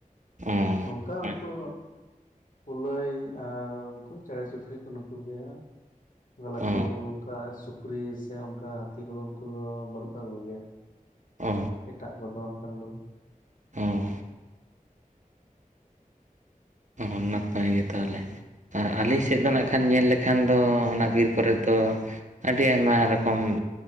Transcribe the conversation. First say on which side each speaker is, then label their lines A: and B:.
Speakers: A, on the right; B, on the left.
A: ᱚ
B: ᱱᱚᱝᱠᱟ
A: ᱟᱪᱪᱷᱟ
B: ᱩᱱᱠᱩ
A: ᱟᱪᱪᱷᱟ
B: ᱠᱩᱞᱟᱹᱭ ᱟᱨ ᱩᱱᱠᱩ ᱪᱮᱬᱮᱸ ᱪᱤᱯᱲᱩ ᱠᱚ ᱱᱩᱠᱩ ᱜᱮᱣᱟ ᱞᱟᱹᱴᱩ
A: ᱚ
B: ᱚᱱᱠᱟ ᱥᱩᱠᱨᱤ ᱥᱮ ᱚᱱᱠᱟ ᱦᱟᱹᱛᱤ ᱠᱚᱫᱚ ᱩᱱᱠᱩ ᱫᱚ ᱵᱟᱹᱱᱩᱜ ᱠᱟᱜ ᱠᱚ ᱜᱮᱭᱟ
A: ᱚ
B: ᱮᱴᱟᱜ ᱠᱚᱫᱚ ᱚᱱᱠᱟᱱ ᱠᱚᱫᱚ᱾
A: ᱦᱮᱸ ᱦᱚᱸ ᱦᱚᱸ ᱱᱟᱯᱟᱭ ᱜᱮ ᱛᱟᱦᱚᱞᱮ ᱟᱨ ᱟᱞᱮ ᱥᱮᱫ ᱫᱚ ᱱᱟᱜ ᱠᱷᱟᱱ ᱧᱮᱞ ᱞᱮᱠᱷᱟᱱ ᱫᱚ ᱚᱱᱟ ᱵᱤᱨ ᱠᱚᱨᱮ ᱫᱚ ᱟᱹᱰᱤ ᱟᱭᱢᱟ ᱨᱚᱠᱚᱢ